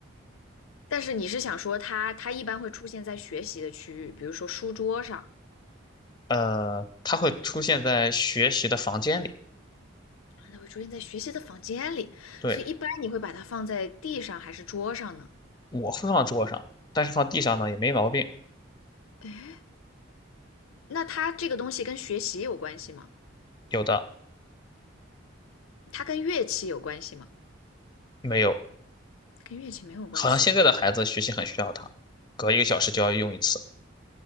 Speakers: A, on the left; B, on the left.
A: 但是你是想说它，它一般会出现在学习的区域，比如说书桌上，
B: 呃，它会出现在学习的房间里，
A: 它会出现在学习的房间里，
B: 对，
A: 所以一般你会把它放在地上还是桌上呢？
B: 我会放桌上，但是放地上呢也没毛病，
A: 诶，那它这个东西跟学习有关系吗？
B: 有的
A: 它跟乐器有关系吗？
B: 没有。
A: 跟乐器没有关系
B: 好像现在的孩子学习很需要它，隔一个小时就要用一次。